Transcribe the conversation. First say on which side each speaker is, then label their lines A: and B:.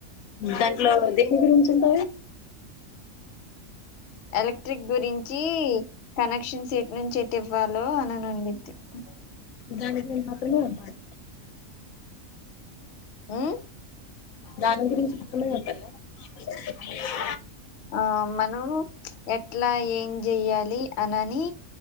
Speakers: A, on the left; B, on the left.
A: దాంట్లో దేని గురించి ఉంటది.
B: ఎలక్ట్రిక్ గురించి కనెక్షన్స్ ఎటు నుంచి ఎటు ఇవ్వాలి. హలో <inaudible>
A: దాని మాపున్నా అడిగాను.
B: ఉమ్
A: దాని గురించి ఇక్కడనే ఉంటా. ఆహ్.
B: ఆహ్ మనం ఎట్లా ఏం చెయ్యాలి అనాన్ని